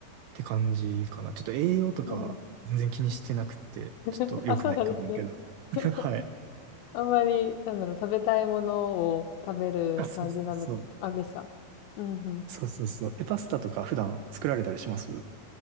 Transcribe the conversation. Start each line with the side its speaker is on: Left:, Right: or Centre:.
Right: て感じかな。ちょっと栄養とかは全然気にしてなくてちょっと良くないかもやけど。
Left: うん、<laughs> うん。<laughs> あ、そうなんですね。<laughs>
Right: <laughs> はい。
Left: あんまり、なんだろう、食べたいものを食べる感じなの、
Right: あ、そうそうそう。
Left: あ、ですかうんうん。
Right: そうそうそう。え、パスタとか普段作られたりします